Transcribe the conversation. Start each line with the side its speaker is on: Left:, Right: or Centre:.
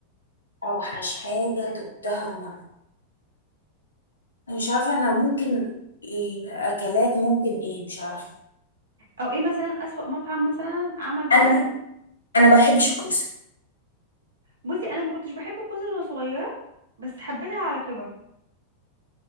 Left: اوحش حاجه دقتها مرة مش عارفة أنا ممكن إيه أكلات ممكن إيه مش عارفة
Right: او ايه مثلا اسوأ مطعم مثلا عمل طريقه
Left: انا انا ما بحبش الكوسه
Right: بصي انا ما كنتش بحب الكوسه وانا صغيره بس حبيتها على كبر